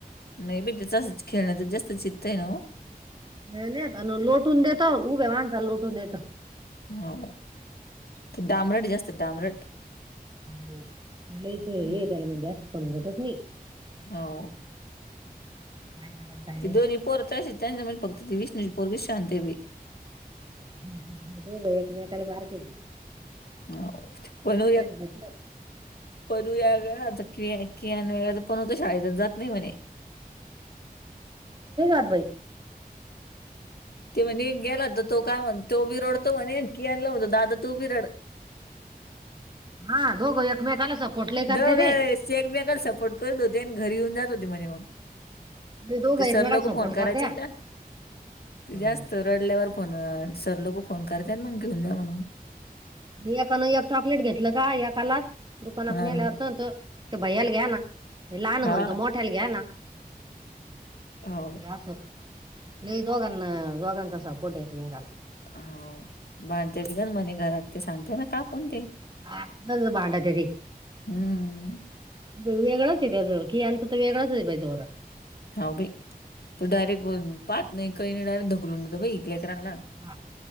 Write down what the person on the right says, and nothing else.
नाही लोटून देत उभे माणसा लोटून देत
होलाच हे
त्याला म्हणजे असं समजतच नाही
ह
ह हो ग एकमेकाल आार केजी
घेतलं
ातई
हा दोघं एकमेकाला सपोर्टले करते
ते
दोघं
एकमेकाला
सपोर्ट
करत्या
हम्म.
मी एकानं एक चॉकलेट घेतलं का एकालाच दुकानात
नेल्यावर तरंत ते भयाला घ्या ना लहान
म्हणतो मोठ्याला घ्या ना
अस हे दोघांना दोघांचा सपोट येत मेगला
ह पाांड तेरी
वेगळाच आहे त्याच खियांचं तर वेगळाच आहे पाहिज धोरण
हा